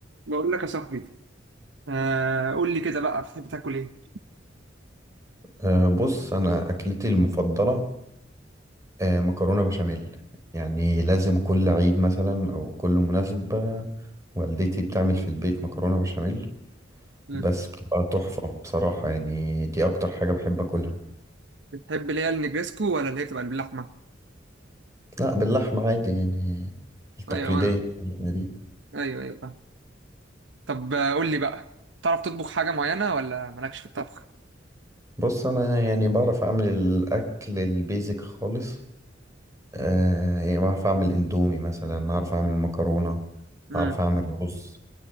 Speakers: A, on the right; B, on the right.
A: بقول لك يا صاحبي آه قول لي كده بقى بتحب تاكل ايه؟
B: أه بص انا اكلتي المفضله أه مكرونه بشاميل يعني لازم كل عيد مثلا او كل مناسبه والدتي بتعمل في البيت مكرونه بشاميل
A: مم.
B: بس بتبقى تحفه بصراحه يعني دي اكتر حاجه بحب اكلها
A: بتحب اللي هي النجريسكو ولا اللي هي بتبقى باللحمه؟
B: لا باللحمه عادي يعني التقليديه
A: ايوه انا
B: بتاعتنا دي
A: ايوه ايوه فاهم. طب آه، قول لي بقى تعرف تطبخ حاجه معينه ولا مالكش في الطبخ؟
B: بص انا يعني بعرف اعمل الاكل البيزك خالص أه يعني بعرف اعمل اندومي مثلا اعرف اعمل مكرونه
A: امم
B: اعرف اعمل رز